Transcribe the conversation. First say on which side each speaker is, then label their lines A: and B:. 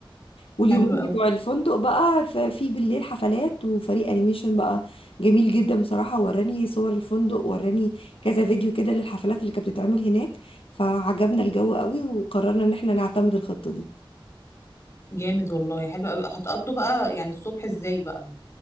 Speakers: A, on the left; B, on the left.
A: واليومين
B: حلو قوي
A: بتوع الفندق بقى ف- في بالليل حفلات وفريق انيميشن بقى جميل جدا بصراحة وراني صور الفندق وراني كذا فيديو كده للحفلات اللي كانت بتتعمل هناك فعجبنا الجو قوي وقررنا ان احنا نعتمد الخطة دي
B: جامد والله حلو قوي هتقضوا بقى يعني الصبح ازاي بقى